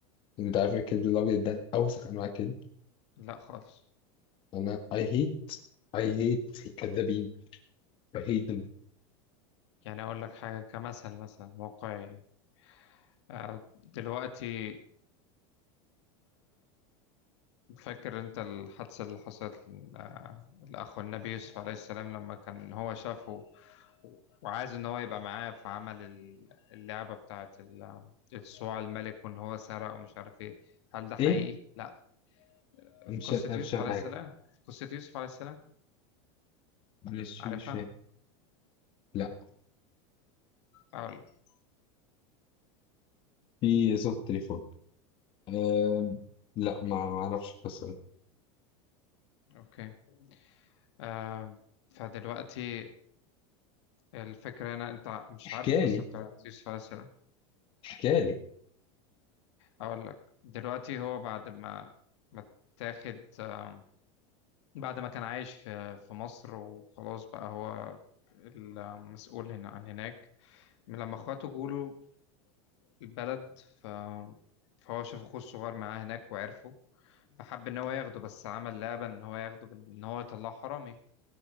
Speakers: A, on the left; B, on the left.
A: انت عارف ان الكذب الابيض ده اوسخ انواع الكذب
B: لا خالص
A: انا I hate I hate الكدابين I hate them
B: يعني أقول لك حاجة كمثل مثلا واقعي آه، دلوقتي فاكر أنت الحادثة اللي حصلت ل- آه، لأخو النبي يوسف عليه السلام لما كان هو شافه وعايز إن هو يبقى معاه فعمل ال- اللعبة بتاعة ال- الصواع الملك وإن هو سرق ومش عارف إيه هل ده حقيقي؟
A: ايه
B: لأ
A: انا
B: في
A: مش
B: قصة
A: انا
B: يوسف
A: مش فاهم
B: عليه
A: حاجة
B: السلام في قصة يوسف عليه السلام
A: مش
B: عارفها؟
A: مش فاهم لا
B: أقول لك.
A: في صوت تليفون أم... لا ما ما اعرفش القصة دي
B: أوكي آه، فدلوقتي الفكرة هنا أنت مش
A: احكي
B: عارف القصة
A: لي
B: بتاعة يوسف عليه السلام
A: احكي لي
B: اقول لك دلوقتي هو بعد ما ما اتاخد آم، بعد ما كان عايش في في مصر وخلاص بقى هو المسؤول هنا عن هناك من لما اخواته جوله البلد ف فهو شاف اخوه الصغير معاه هناك وعرفه فحب ان هو ياخده بس عمل لعبة ان هو ياخده بال- ان هو يطلعه حرامي